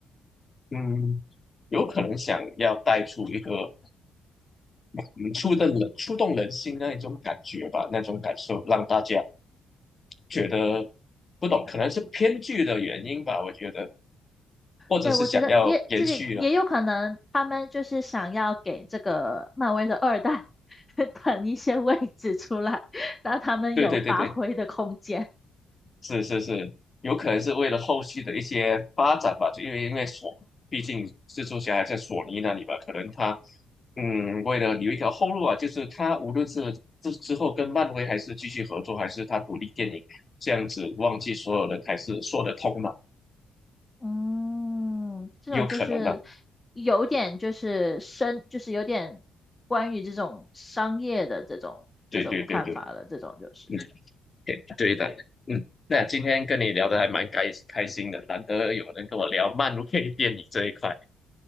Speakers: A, on the left; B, on the left.
A: 嗯，有可能想要带出一个嗯触动人触动人心那一种感觉吧，那种感受让大家觉得不懂，可能是偏剧的原因吧，我觉得，或者是想要延续了。
B: 对，我觉得也就是也有可能，他们就是想要给这个漫威的二代 <laughs> 腾一些位置出来，让他们有发挥的空间。
A: 对对对对，是是是，有可能是为了后续的一些发展吧，就因为因为索，毕竟蜘蛛侠还在索尼那里吧，可能他嗯，为了留一条后路啊，就是他无论是之之后跟漫威还是继续合作，还是他独立电影这样子，忘记所有人还是说得通嘛，
B: 嗯，这种就是
A: 也有可能的。
B: 有点就是深，就是有点关于这种商业的这种这种看法了，
A: 对对对对，
B: 这种就是。
A: 嗯。对对的，嗯，那今天跟你聊得还蛮开开心的，难得有人跟我聊漫威电影这一块，